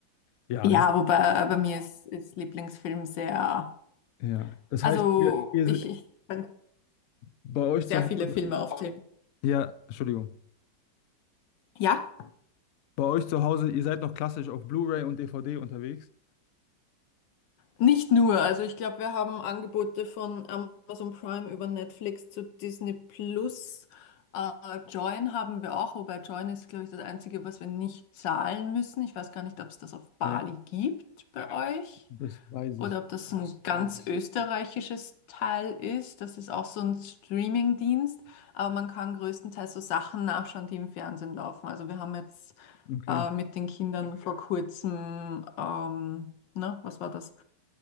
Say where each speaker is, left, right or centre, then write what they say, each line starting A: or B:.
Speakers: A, on the left; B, on the left.
A: Ja,
B: Ja, wobei bei mir ist, ist Lieblingsfilm sehr,
A: ja. Das
B: also
A: heißt, ihr, ihr se-
B: ich, ich kann
A: bei euch
B: sehr
A: zu Hause.
B: viele Filme aufzählen.
A: Ja, Entschuldigung.
B: Ja?
A: Bei euch zu Hause, ihr seid noch klassisch auf Blu-ray und DVD unterwegs.
B: Nicht nur, also ich glaube, wir haben Angebote von Amazon Prime über Netflix zu Disney Plus. Äh, Join haben wir auch, wobei Join ist, glaube ich, das Einzige, was wir nicht zahlen müssen. Ich weiß gar nicht, ob es das auf Bali
A: Okay.
B: gibt bei euch
A: Das weiß
B: oder
A: ich.
B: ob das ein ganz österreichisches Teil ist. Das ist auch so ein Streaming-Dienst, aber man kann größtenteils so Sachen nachschauen, die im Fernsehen laufen. Also wir haben jetzt
A: Okay.
B: äh, mit den Kindern Okay. vor kurzem, ähm, na, was war das?